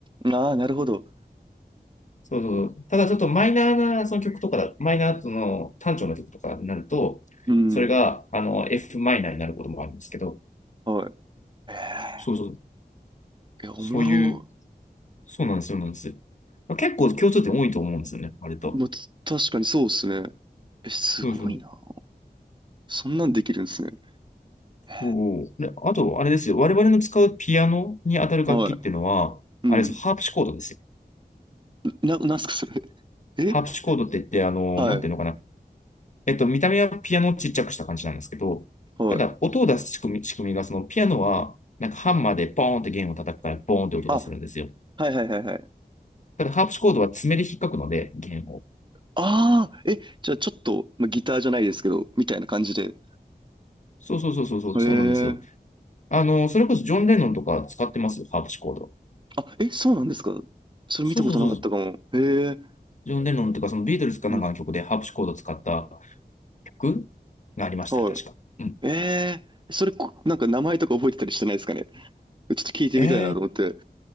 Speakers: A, on the right; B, on the left.
A: ああ、なるほど。
B: そうそう。ただちょっとマイナーなその曲とかだ、マイナーの単調な曲とかになると、
A: うん。
B: それがあの F マイナーになることもあるんですけど、
A: はい。え
B: そうそう、
A: えいや、おもろ。
B: そういう、そうなんですよ、そうなんですよ。まあ結構共通点多いと思うんですよね、割と。
A: まあ、つ確かにそうですね。え、すごいな。
B: そうそう。
A: そんなんできるんですね。え
B: そうで、あと、あれですよ、我々の使うピアノに当たる楽器っていうのは、
A: ーはい。うん。
B: あれですよ、ハープシコードですよ。
A: な、なんすか、それ。<laughs> え
B: ハープシコードって言って、あの、
A: はい、
B: なんていうのかな、えっと、見た目はピアノをちっちゃくした感じなんですけど、
A: はい。
B: ただ、音を出す仕組み、仕組みが、そのピアノは、なんかハンマーでポーンって弦を叩くから、ボーンって音がするんですよ。
A: あ、はいはいはいはい。
B: ただ、ハープシコードは爪で引っかくので、弦を。
A: ああ、え、じゃあちょっと、まあ、ギターじゃないですけど、みたいな感じで。
B: そうそうそうそうそう、
A: へえ。
B: そうなんですよ。あの、それこそジョン・レノンとか使ってますよ、ハープシコード。
A: あ、え、そうなんですか。それ見たことなかったかも。
B: そうそうそうそう、
A: へえ。
B: ジョン・レノンとか、そのビートルズかなんかの曲でハープシコードを使った
A: うん、
B: 曲がありましたよ、
A: は
B: 確か。うん。
A: い。ええ、それ、こなんか名前とか覚えてたりしてないですかね。ちょっと聞いてみたいなと思って。
B: えー